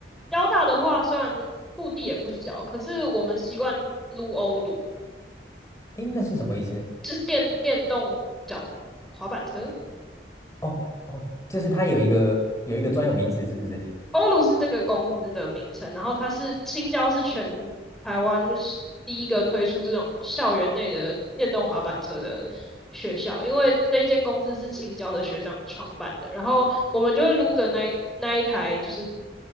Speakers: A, in the centre; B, on the left.
A: 交大的话虽然陆地也不小，可是我们习惯撸欧撸，
B: 哎，那是什么意思？
A: 就是电电动脚滑板车，
B: 哦哦，就是它有一个有一个专有名词，是不是？
A: 欧陆是这个公司的名称，然后它是青椒是全台湾是第一个推出这种校园内的电动滑板车的学校，因为这一间公司是青椒的学长创办的，然后我们就会撸着那那一台就是